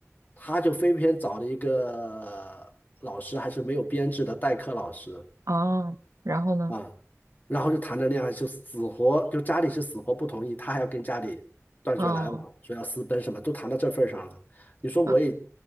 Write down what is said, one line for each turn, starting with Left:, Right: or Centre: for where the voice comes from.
Left: 他就非偏找了一个老师，还是没有编制的代课老师。
Right: 啊，然后呢？
Left: 啊，然后就谈着恋爱，就死活就家里是死活不同意，他还要跟家里断绝来往，
Right: 嗯
Left: 说要私奔什么，都谈到这份儿上了。你说我也，
Right: 嗯